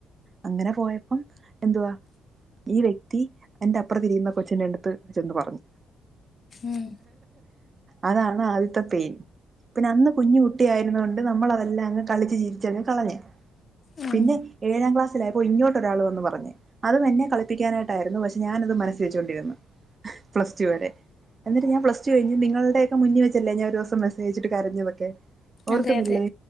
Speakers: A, on the right (about 35°); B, on the left (about 45°).
A: അങ്ങനെ പോയപ്പോം എന്തുവാ ഈ വ്യക്തി എന്റെ അപ്രത്തെതിരിക്കുന്ന കൊച്ചിന്റെ അടുത്ത് ചെന്നെന്ന് പറഞ്ഞു
B: ഉം,
A: അതാണ് ആദ്യത്തെ പെയിൻ പിന്നെ അന്ന് കുഞ്ഞു കുട്ടിയ ആയിരുന്നൊണ്ട് നമ്മളതെല്ലാം അങ്ങ് കളിച്ച് ചിരിച്ച്കളഞ്ഞ്
B: ഉം.
A: പിന്നെ ഏഴാം ക്ലാസ്സിലായപ്പോ ഇങ്ങോട്ട് ഒരാൾ വന്ന് പറഞ്ഞു അതും എന്നെ കളിപ്പിക്കാനായിട്ടായിരുന്നു പക്ഷെഞാനത് മനസ്സ് വെച്ചോണ്ടിരിന്നു പ്ലസ്റ്റു വരെ എന്നിട്ട് ഞാൻ പ്ലസ്റ്റു കഴി ഞ്ഞ്നിങ്ങൾടെ മുന്നി വെച്ചെല്ലെ ഞാൻഒരുസംമെ സേജ്ട്ട് കരഞ്ഞതൊക്കെ ഓർക്കുന്നില്ലേ
B: അതെ അതെ